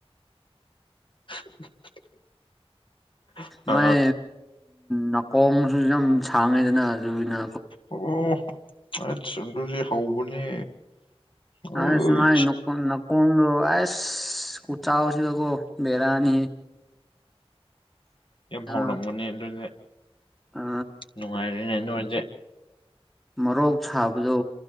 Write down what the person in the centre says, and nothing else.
ꯃꯥꯏ
ꯅꯥꯀꯣꯡꯁꯨ ꯌꯥꯝ ꯁꯥꯡꯉꯦꯗꯅ ꯑꯗꯨꯅ
ꯑꯁꯥꯏꯣ <unintelligible> ꯀꯣꯡꯗꯣ ꯑꯥꯏꯁ ꯀꯨ ꯆꯥꯎꯁꯤ ꯇ ꯀꯣ ꯕꯦꯔꯥꯅꯤ
ꯑ
ꯑ
ꯃꯣꯔꯣꯛ ꯁꯥꯕꯗꯣ